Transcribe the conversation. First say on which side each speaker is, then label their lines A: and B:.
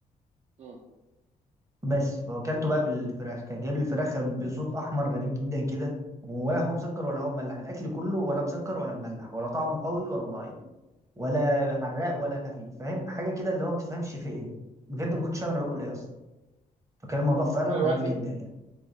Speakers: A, on the right (about 50°); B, on the right (about 20°).
A: مم.
B: بس وكلته بقى بالفراخ كان جايب لي الفراخ بصوت احمر غريب جدا كده ولا هو مسكر ولا هو مملح الاكل كله ولا مسكر ولا مملح ولا طعمه قوي ولا ضعيف ولا حراق ولا خفيف فاهم حاجه كده اللي هو ما تفهمش
A: مم.
B: في ايه بجد ما كنتش فاهم انا باكل ايه اصلا فكان الموضوع فعلا
A: طب انا
B: غريب
A: دلوقتي
B: جدا يعني